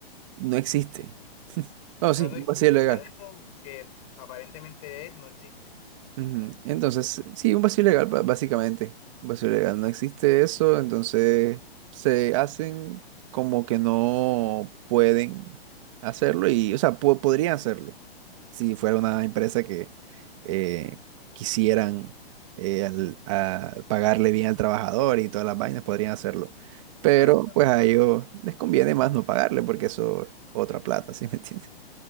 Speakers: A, on the right (about 30°); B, on the left (about 35°).
A: no existe. No, sí,
B: O sea, no existe,
A: un vacío legal.
B: o sea, eso que aparentemente es, no existe.
A: Ujú. Entonces, sí, un vacío legal, ba- básicamente. Un vacío legal. No existe eso, entonces se hacen como que no pueden hacerlo y, o sea, po- podrían hacerlo si fuera una empresa que eh, quisieran eh, al- a pagarle bien al trabajador y todas las vainas, podrían hacerlo. Pero
B: Claro, claro.
A: pues a ellos les conviene más no pagarle porque eso es otra plata, <laughs> ¿sí me entiendes?